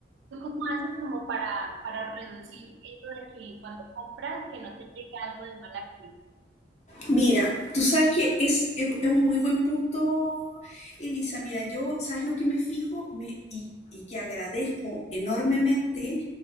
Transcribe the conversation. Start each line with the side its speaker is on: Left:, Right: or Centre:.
Right: ¿Tú cómo haces como para, para reducir eso de que cuando compras que no te llegue algo de mala calidad?
Left: Mira, tú sabes que es, es, es un muy buen punto, Elisa. Mira, yo, ¿sabes lo que me fijo? Me, y, y que agradezco enormemente